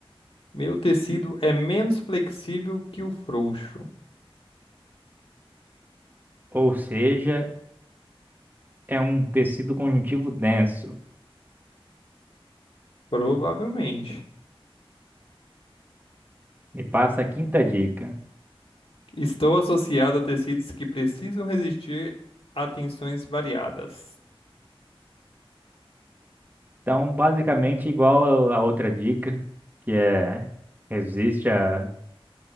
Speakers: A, on the left; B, on the right.
A: Meu tecido é menos flexível que o frouxo.
B: Ou seja, é um tecido conjuntivo denso.
A: Provavelmente.
B: Me passa a quinta dica.
A: Estou associado a tecidos que precisam resistir a tensões variadas.
B: Então, basicamente igual a a outra dica, que é resiste a,